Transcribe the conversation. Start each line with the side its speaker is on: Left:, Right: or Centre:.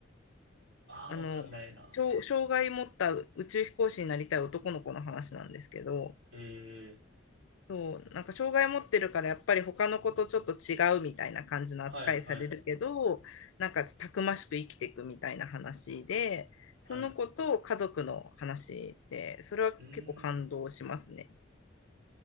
Right: ああ、
Left: あの
Right: わかんないな。
Left: 障害持った宇宙飛行士になりたい男の子の話なんですけど
Right: ええ
Left: そうなんか障害持ってるからやっぱり他の子とちょっと違うみたいな感じの扱いされるけどなんかたくましく生きていくみたいな話でその子と家族の話でそれは結構感動しますね。
Right: はい、はい、はい。うーん。